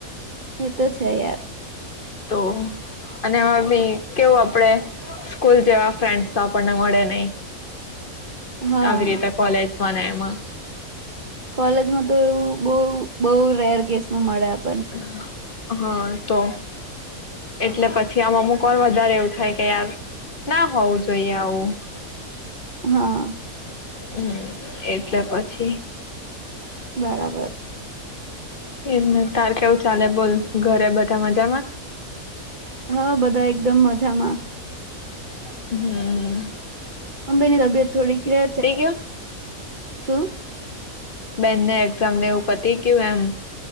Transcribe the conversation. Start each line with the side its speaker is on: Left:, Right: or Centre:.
Right: એ તો છે યાર.
Left: તો અને બી કેવું આપડે સ્કૂલ જેવા ફ્રેન્ડ તો આપણને મળે નહિ.
Right: હા.
Left: આવી રીતે કોલેજ ને એમાં.
Right: કોલેજમાં તો એવું બવ. બઉ રેર કેસ માં મળ્યા.
Left: <inaudible> હા તો એટલે પછી આમાં અમુક વાર વધારે એવું થાય કે યાર ના હોવું જોઈએ આવું
Right: હા.
Left: હમ એટલે પછી
Right: બરાબર
Left: એમને તાર કેવું ચાલે બોલ ઘરે બધા મજામાં
Right: હા બધા એકદમ મજામાં
Left: હમ હ
Right: મમ્મી ની તબિયત થોડીક છે
Left: ગયું
Right: શું
Left: બેનને એક્ઝામ ને એવું પતિ ગયું એમ